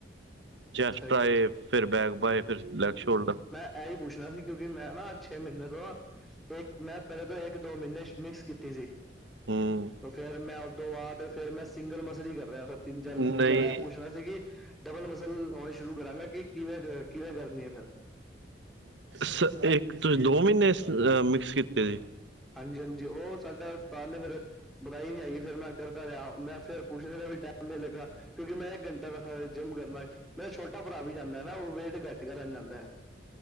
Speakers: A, on the right; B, in the centre.
A: ਚੈਸਟ
B: ਅੱਛਾ ਜੀ
A: ਟ੍ਆਈ ਫੇਰ ਬੈਕ ਬਾਏ ਫੇਰ ਲੈਗ ਸ਼ੋਲਡਰ।
B: ਐ ਹੀ ਪੁੱਛਨਾ ਸੀ ਕਿਉਂਕਿ ਮੈਂ ਨਾ ਛੇ ਮਹੀਨੇ ਤੋਂ ਇੱਕ ਮੈਂ ਪਹਿਲੇ ਤੋਂ ਇੱਕ ਦੋ ਮਹੀਨੇ ਮਿਕਸ ਕੀਤੀ ਸੀ।
A: ਹੂੰ
B: ਤੇ ਫੇਰ ਮੈਂ ਉਹਦੋ ਬਾਅਦ ਫੇਰ ਮੈਂ ਸਿੰਗਲ ਮਸਲੀ ਕਰ ਰਯਾ ਥਾ ਤਿੰਨ ਚਾਰ
A: ਨਹੀਂ
B: ਮਹੀਨੇ ਤੋਂ ਮੈਂ ਪੁੱਛਨਾ ਸੀ ਕਿ ਡਬਲ ਮਸ ਸਲ ਔਰ ਸ਼ੁਰੂ ਕਰਾਂਗਾ ਕਿ ਕਿਵੇਂ ਕਿਵੇਂ ਕਰਨੀ ਏ ਫਿਰ।
A: ਸ ਇੱਕ ਤੋ ਦੋ ਮਹੀਨੇ ਮਿਕਸ ਕੀਤੇ ਸੀ?
B: ਹਾਂਜੀ, ਹਾਂਜੀ ਓ ਸਾਡਾ ਉਸਤਾਦ ਨੇ ਫੇਰ ਕਰਾਈ ਨੀ ਹੇਗੀ ਫਿਰ ਮੈਂ ਕਰਦਾ ਰਿਹਾ ਮੈਂ ਫਿਰ ਪੁੱਛਹਾ ਵੀ ਟਾਈਮ ਲੱਗਾ ਕਿਉਂਕਿ ਮੈਂ ਇੱਕ ਘੰਟਾ ਜਿੰਮ ਕਰਨਾ ਮੇਰਾ ਛੋਟਾ ਭਰਾ ਵੀ ਜਾਂਦਾ ਐ ਨਾ ਓਹ ਵੇਟ ਘੱਟ ਕਰਨ ਜਾਂਦਾ ਐ।